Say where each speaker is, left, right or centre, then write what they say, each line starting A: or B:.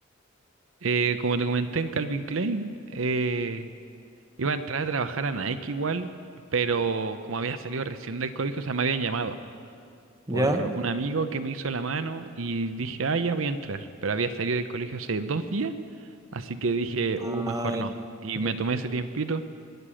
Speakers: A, on the right (about 70°); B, on the right (about 15°).
A: Eh, como te comenté en Calvin Klein, eh, iba a entrar a trabajar a Nike igual, pero como había salido recién del colegio, o sea, me habían llamado
B: ¿ya?
A: por un amigo que me hizo la mano y dije, ah, ya voy a entrar, pero había salido del colegio hace dos días, así que dije,
B: Ah,
A: uh, mejor
B: ya.
A: no. Y
B: <laughs>
A: me tomé ese tiempito.